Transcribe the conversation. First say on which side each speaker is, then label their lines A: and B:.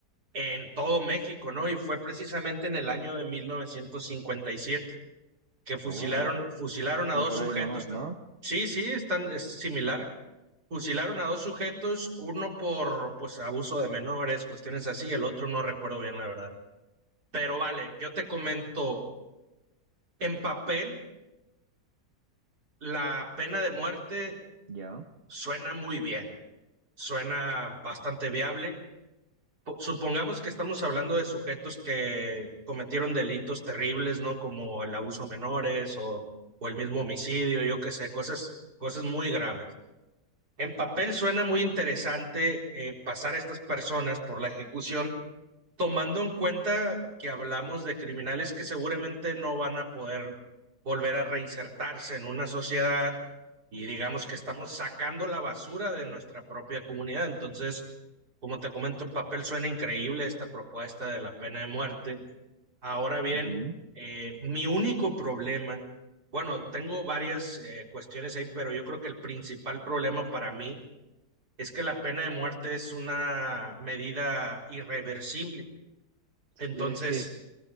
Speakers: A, on the right; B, on the right.
A: en todo México, ¿no? Y fue precisamente en el año de 1957 que fusilaron,
B: Ah, wow.
A: fusilaron
B: Están
A: a dos
B: por
A: sujetos.
B: ahí nomás,
A: ta-
B: ¿no?
A: Sí, sí, están, es similar. Fusilaron a dos sujetos, uno por pues abuso de menores, cuestiones así, el otro no recuerdo bien la verdad. Pero vale, yo te comento, en papel la pena de muerte
B: Ya.
A: suena muy bien, suena bastante viable. po- Supongamos que estamos hablando de sujetos que cometieron delitos terribles, ¿no? Como el abuso a menores o, o el mismo homicidio, yo qué sé, cosas, cosas muy graves. En papel suena muy interesante eh, pasar a estas personas por la ejecución, tomando en cuenta que hablamos de criminales que seguramente no van a poder volver a reinsertarse en una sociedad y digamos que estamos sacando la basura de nuestra propia comunidad. Entonces, como te comento, en papel suena increíble esta propuesta de la pena de muerte. Ahora bien,
B: Ujú.
A: eh, mi único problema, bueno, tengo varias eh, cuestiones ahí, pero yo creo que el principal problema para mí es que la pena de muerte es una medida irreversible. Entonces,
B: Eh, sí, es,